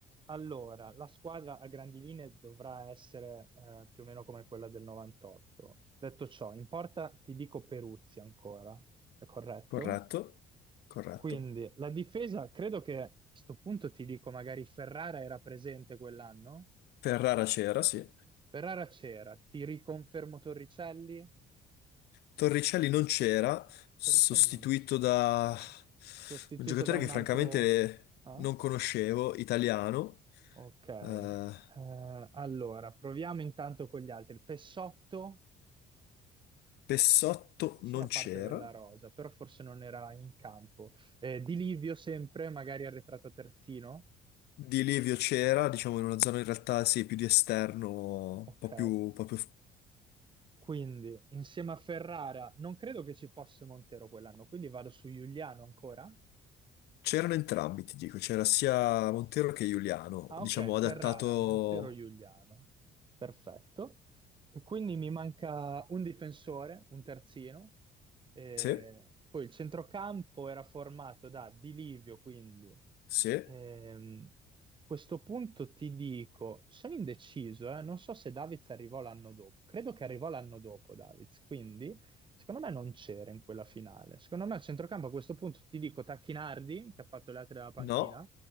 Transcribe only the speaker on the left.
Corretto, corretto.
Ferrara c'era, sì.
Torricelli non c'era, sostituito
da
un giocatore
che francamente
non conoscevo, italiano.
Eh,
Pessotto
non
c'era,
di Livio c'era, diciamo in una zona in realtà sì, più di esterno, un
po' più... un po' più-
C'erano entrambi, ti dico, c'era sia Montero che Giuliano,
diciamo
adattato...
Sì,
sì,
no,